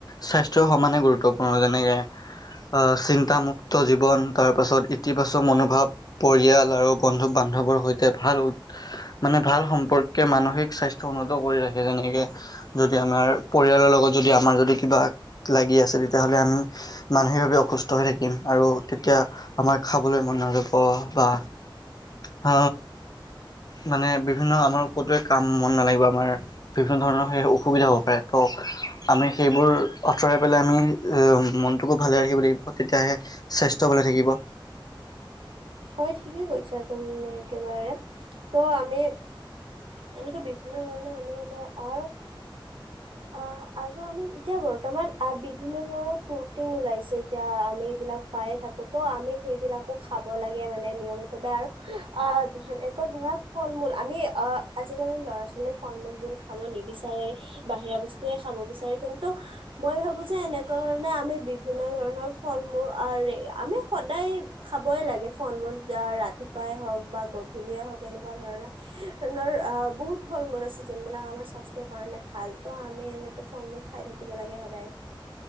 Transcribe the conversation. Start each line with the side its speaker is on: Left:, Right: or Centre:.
Left: স্বাস্থ্যয় সমানে গুৰুত্বপূৰ্ণ যেনেকে আহ চিন্তামুক্ত জীৱন তাৰ পাছত ইতিবাচক মনোভাৱ পৰিয়াল আৰু বন্ধু বান্ধৱৰ সৈতে ভাল মানে ভাল সম্পৰ্কে মানসিক স্বাস্থয় উন্নত কৰি ৰাখে যেনেকে যদি আমাৰ পৰিয়ালৰ লগত যদি আমাৰ যদি কিবা লাগি আছে তেতিয়াহলে আমি মানসিকভাৱে অসুস্থ হৈ থাকিম আৰু তেতিয়া আমাৰ খাবলৈ মন নাযাব বা হ মানে বিভিন্ন আমাৰ ক'তোৱে কাম মন নালাগিব আমাৰ বিভিন্ন ধৰণৰ সেই অসুবিধা হ'ব পাৰে ত' আমি সেইবোৰ আঁতৰাই পেলাই আমি মনটোকো ভালে ৰাখিব লাগিব তেতিয়াহে স্বাস্থ্য ভালে থাকিব।
Right: হয় ঠিকেই কৈছা তুমি একেবাৰে ত' আমি এনেকুৱা বিভিন্ন ধৰণে আমি আমাৰ আৰ অ আৰু আমি এতিয়া বৰ্তমান বিভিন্ন ধৰণৰ প্ৰটিন ওলাইছে এতিয়া আমি এইবিলাক পায়ে থাকো ত' আমি সেইবিলাকো খাব লাগে মানে নিয়মিতভাৱে আৰু অ ধান একো ধৰণৰ ফল মূল আমি অ আজিকালি ল'ৰা ছোৱালী ফল মূলবোৰ খাব নিবিচাৰে <unintelligible> বাহিৰা বস্তুৱে খাব বিচাৰে কিন্তু মই ভাবোঁ যে এনেকুৱা ধৰণে আমি বিভিন্ন ধৰণৰ ফল মূল আমি সদায় খাবই লাগে ফল মূল ৰাতিপুৱাই হওক বা গধূলিয়েই হওক এনেকুৱা ধৰণেৰ বহুত ফল মূল আছে যোনবিলাক আমাৰ স্বাস্থ্যৰ কাৰণে ভাল ত আমি এনেকে ফল মূল খাই থাকিব লাগে সদায়